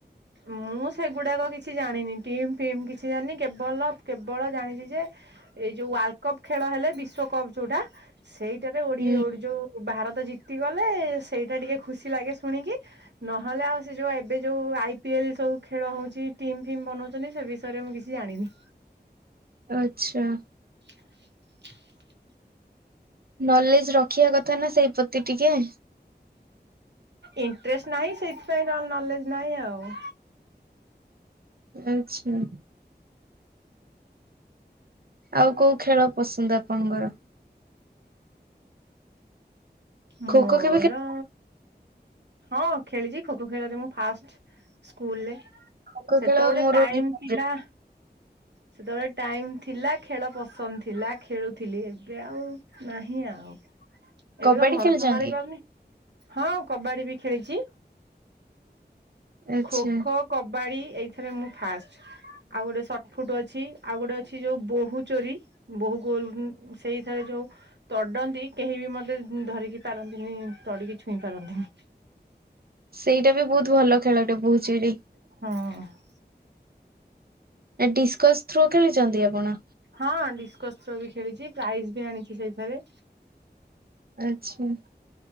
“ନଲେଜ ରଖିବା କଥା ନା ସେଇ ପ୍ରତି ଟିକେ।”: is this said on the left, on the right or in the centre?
Right